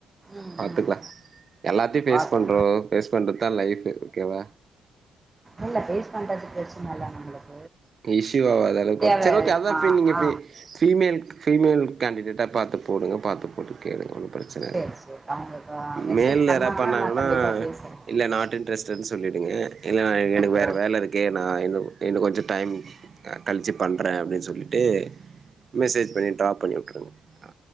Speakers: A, on the right; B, on the right.
A: ம்
B: பாத்துக்கலாம்
A: ம் ம்
B: எல்லாத்தையும் பேஸ்
A: பாப்போ
B: பண்றோம் பேஸ் பண்றதான் லைஃபு க்எவா
A: இல்ல பேஸ்ட் பண்றது பிரச்சன இல்ல நம்மளுக்கு
B: கெ இசுகாதளவுக்
A: தேவ
B: பாத்து செரி அதா
A: ஆ
B: ஓகே
A: ஆ
B: ஃபிமேல்க்கு ஃபிமேல் கேண்டிடேட்டா பாத்து போடுங்க பாத்து போட்டு கேளுங்க ஒன்னு பிரச்சனயில்ல
A: சேரி சேரி அவங்க மெசேஜ்
B: மேல்ல யாரவது பண்ணாங்கன்னா
A: நா கண்டிப்பா பேசுறே
B: இல்ல நாட் இன்ட்ரெஸ்டடன்னு சொல்லிடுங்க இல்ல எனக்கு
A: ஓகே
B: வேறு வேல இருக்கு நான் கொஞ்ச ம் கழிச்சு பண்றேன் சொல்லிட்டு மெசேஜ் பண்ணி டிராப் பண்ணி வுட்ருங்க ஆ